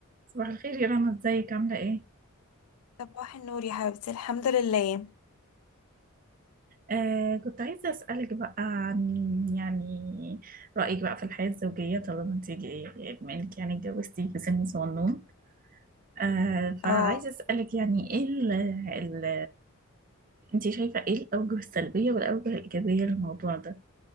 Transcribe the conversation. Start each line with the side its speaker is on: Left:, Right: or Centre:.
Right: صباح الخير يا رنا ازيك عاملة ايه؟
Left: صباح النور يا حبيبتي الحمد لله
Right: آه كنت عايزة اسألك بقى عن يعني رأيك بقى في الحياة الزوجية طالما انت ج- بما انك يعني اتجوزتي في سن صغنون آه فعايزة
Left: اه
Right: اسألك يعني ايه ال ال انت شايفة ايه الأوجه السلبية والأوجه الإيجابية للموضوع ده؟